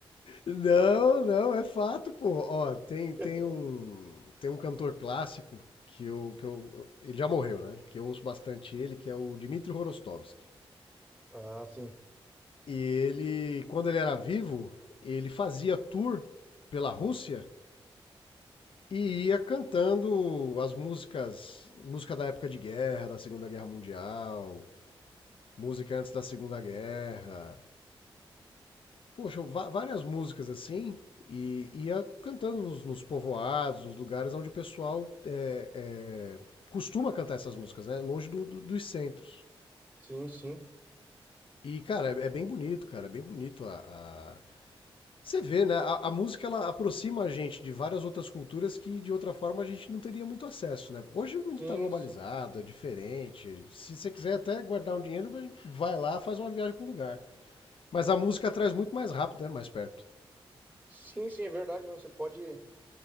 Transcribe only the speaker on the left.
Não, não, é fato, pô. Ó, tem, tem
um tem um cantor clássico que eu, que eu. Ele já morreu, né? Que eu ouço bastante ele, que é o Dmitry Horostovsky.
E ele, quando ele era vivo, ele fazia tour pela Rússia E ia cantando as músicas, música da época de guerra, da Segunda Guerra Mundial, música antes da Segunda Guerra. Poxa, va- várias músicas assim. E ia cantando nos, nos povoados, nos lugares onde o pessoal é, é, costuma cantar essas músicas, né? Longe do- do- dos centros.
E, cara, é, é bem bonito, cara. É bem bonito a, a- Você vê, né? A, a música ela aproxima a gente de várias outras culturas que de outra forma a gente não teria muito acesso, né? Hoje o mundo
está globalizado,
é diferente. Se você quiser até guardar um dinheiro, a gente vai lá, faz uma viagem para o lugar. Mas a música traz muito mais rápido, né? Mais perto.